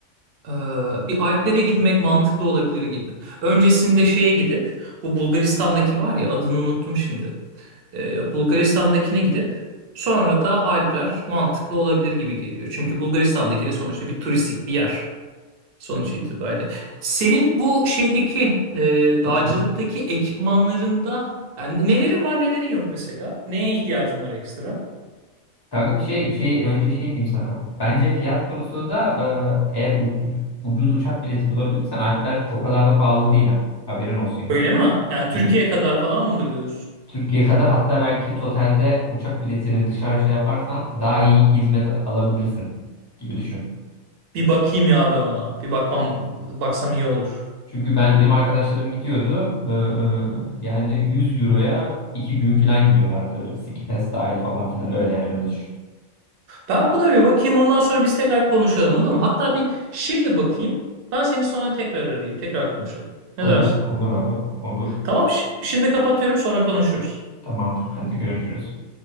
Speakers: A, on the right; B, on the left.
A: Ee, bir Alplere gitmek mantıklı olabilir gibi. Öncesinde şeye gidip bu Bulgaristan'daki var ya adını unuttum şimdi. Ee, Bulgaristan'dakine gidip sonra da Alpler mantıklı olabilir gibi geliyor. Çünkü Bulgaristan'daki de sonuçta bir turistik bir yer sonuç itibariyle. Senin bu şeydeki e,
B: Du-
A: dağcılıktaki
B: bir-
A: ekipmanlarında yani nelerin var nelerin yok mesela? Neye ihtiyacın var ekstra?
B: Kanka bir şey şey önce şey diyeyim sana abi. Bence fiyat konusunda e, eğer u- ucuz uçak bileti bulabilirsen Alpler o kadar da pahalı değil ha. Haberin olsun yani.
A: Öyle mi? Yani Türkiye
B: Benim
A: kadar falan mıdır diyorsun?
B: Türkiye kadar hatta belki totalde uçak biletini dışarı şey yaparsan daha iyi hizmet alabilirsin gibi düşün.
A: Bir bakayım ya ben ona. Bir bakmam baksam iyi olur.
B: Çünkü ben benim arkadaşlarım gidiyordu. Ee, yani 100 euroya 2 gün falan gidiyorlardı. Ski pass dahil falan filan öyle yani öyle düşün.
A: Ben buna bir bakayım ondan sonra biz tekrar konuşalım olur mu? Hatta bir şimdi bakayım. Ben seni sonra tekrar arayayım. Tekrar konuşalım. Ne
B: Olur,
A: dersin?
B: olur abi, olur.
A: Tamam şi- şimdi kapatıyorum sonra konuşuruz.
B: Tamamdır. Hadi görüşürüz.